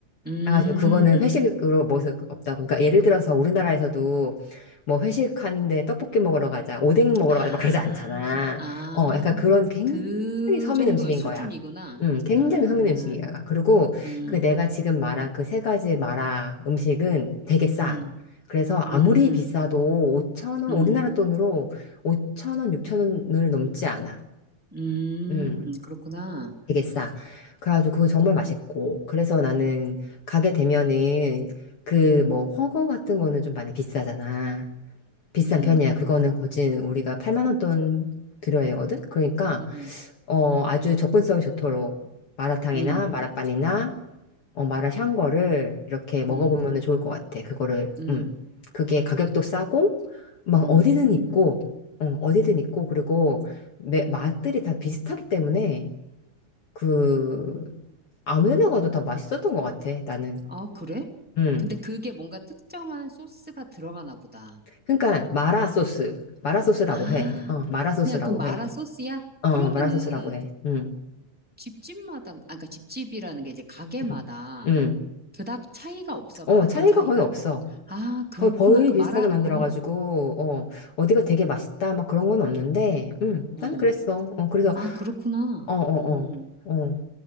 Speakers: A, in the centre; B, on the left.
A: 음.
B: 해가지고 그거는 회식으로 먹을 수 없다고 그러니까 예를 들어서 우리나라에서도 뭐 회식하는데 떡볶이 먹으러 가자 오뎅 먹으러
A: 아,
B: 가자 막 그러지 않잖아
A: 아,
B: 어 약간 그런 굉장히
A: 그
B: 서민
A: 정도의
B: 음식인
A: 수준이구나.
B: 거야 음 굉장히
A: 아,
B: 서민 음식이야 그리고
A: 음,
B: 그 내가 지금 말한 그 세 가지 마라 음식은 되게 싸
A: 음,
B: 그래서 아무리
A: 음,
B: 비싸도 5천 원
A: 음,
B: 우리나라 돈으로 5천 원 6천 원을 넘지 않아
A: 음,
B: 음.
A: 그렇구나.
B: 되게 싸. 그래가지고 그거 정말 맛있고. 그래서 나는 가게 되면은 그 뭐훠거 같은 거는 좀 많이 비싸잖아. 비싼
A: 음,
B: 편이야. 그거는 거진 우리가 8만 원 돈 들여야 되거든. 그러니까
A: 음,
B: 어 아주 접근성이 좋도록 마라탕이나
A: 음,
B: 마라빵이나 어 마라샹궈를 이렇게 먹어보면은
A: 음,
B: 좋을 것 같아. 그거를
A: 음,
B: 음 그게 가격도 싸고 막
A: 음.
B: 어디든 있고 어 어디든 있고 그리고 매- 맛들이 다 비슷하기 때문에. 그 아무 데 먹어도 다 맛있었던 것 같아, 나는.
A: 아, 그래?
B: 음.
A: 근데 그게 뭔가 특정한 소스가 들어가나 보다.
B: 그러니까 마라 소스. 마라 소스라고
A: 아,
B: 해. 어, 마라 소스라고
A: 그냥 그 마라
B: 해.
A: 소스야?
B: 어,
A: 그러면은
B: 어, 마라 소스라고 해. 음.
A: 집집마다, 아까 그러니까 집집이라는 게 이제 가게마다
B: 음. 음.
A: 그닥 차이가 없어,
B: 어,
A: 맛의
B: 차이가
A: 차이가?
B: 거의 없어.
A: 아, 그렇구나.
B: 거의 거의
A: 그 마라,
B: 비슷하게 만들어가지고,
A: 어,
B: 어, 어디가 되게 맛있다, 막 그런 건 없는데, 음,
A: 어,
B: 나는 그랬어. 어, 그래서,
A: 아, 그렇구나.
B: 어, 어,
A: 음,
B: 어, 어.